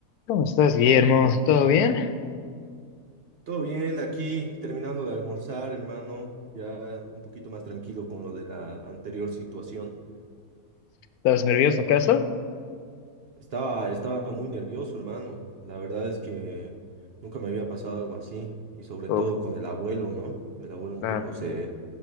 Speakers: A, on the left (about 85°); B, on the right (about 50°).
A: ¿Cómo estás, Guillermo?
B: Hola, bro.
A: ¿Todo bien?
B: Todo bien, aquí terminando de almorzar, hermano, ya un poquito más tranquilo con lo de la anterior situación.
A: ¿Estás nervioso acaso?
B: Estaba, estaba muy nervioso, hermano. La verdad es que nunca me había pasado algo así, y sobre
A: Uf,
B: todo con el abuelo, ¿no? El abuelo un
A: ah,
B: poco se